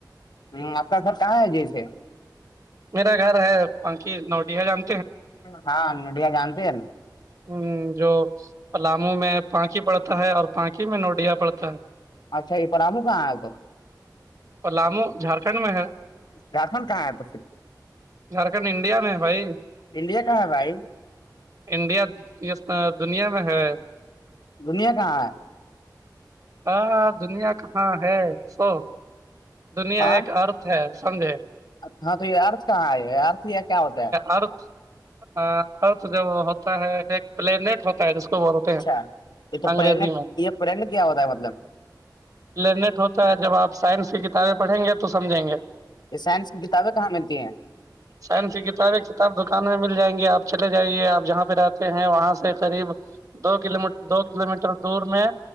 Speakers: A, on the left; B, on the right.
A: ہ آپ کا گھر کہاں ہے جیس
B: میرا گھر ہے پنکھی نوڈیہ جان
A: ہاں نڈیا جانتے ہیں ن
B: ہ جو پلاموں میں پانکھی پڑتا ہے اور پانکی میں نوڈیا پڑتا ہے
A: اچھا یہ پر آم کہاں آیا تو
B: پلامو جھارکھنڈ میں ہے
A: جھارکھنڈ کہاں ہے تل
B: جھارکھنڈ انڈیا میں بھائی
A: انڈیا کہاں ہے بھائی
B: انڈیا ج دنیا میں ہے
A: دنیا کہاں ہے
B: ہاں دنیا کہاں ہے سو دنیا
A: ہاں
B: ایک ارتھ ہے سمجھے
A: ہاں تو یہ ارت کہاں ہے ارھ یہ کیا ہوتا ہے
B: آر ہاں اور تو جوب وہ ہوتا ہے ایک پلینٹ ہوتا ہے جس کو بولتے
A: اچھا
B: ہیں
A: یہ تو
B: انگریزی
A: پن
B: میں
A: یہ پرین کیا ہوتا ہے مطلب
B: لرنیٹ ہوتا ہے جب آپ سائنس کی کتابیں پڑھیں گے تو سمجھیں گے
A: یہ سائنس کی کتابیں کہاں ملتی ہیں
B: سائنسی کتابیں کتاب دکان میں مل جائیں گی آپ چلے جائیے آپ جہاں پہ رہتے ہیں وہاں سے قریب دو کلو دو کلو میٹر دور میں